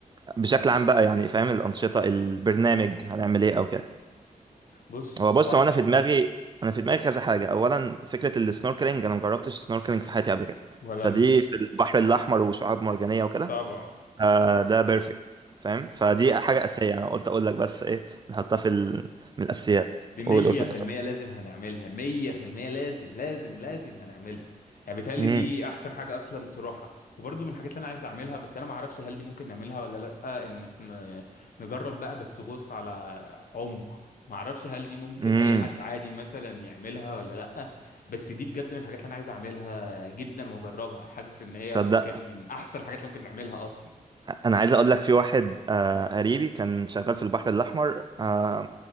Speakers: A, on the right; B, on the left.
A: بشكل عام بقى يعني فاهم الانشطه البرنامج هنعمل ايه او كده
B: بص
A: هو
B: هو
A: بص
B: احنا
A: هو انا في دماغي انا في دماغي كذا حاجه اولا فكره السنوركلينج انا مجربتش السنوركلينج في حياتي قبل كده
B: ولا
A: فدي
B: انا
A: في البحر الاحمر وشعاب مرجانيه وكده
B: طبعا
A: آه ده بيرفكت فاهم فدي
B: طب
A: حاجه اساسيه انا قلت اقول لك بس ايه نحطها في ال... من الاساسيات
B: دي مية
A: قول قول كنت
B: في
A: هتقول
B: المية لازم هنعملها مية في المية لازم لازم لازم هنعملها يعني بيتهيألي
A: إيه.
B: دي
A: إمم.
B: أحسن حاجة أصلا تروحها وبرضه من الحاجات اللي أنا عايز أعملها بس أنا معرفش هل دي ممكن نعملها ولا لأ إنك ن- نجرب بقى بس غوص على عمق معرفش هل دي ممكن
A: امم
B: أي حد عادي مثلا يعملها ولا لأ بس دي بجد من الحاجات اللي أنا عايز أعملها جدا وأجربها حاسس إن هي
A: تصدق
B: ممكن من أحسن الحاجات اللي ممكن نعملها أصلا
A: انا عايز اقول لك في واحد آه قريبي كان شغال في البحر الاحمر
B: مم.
A: آه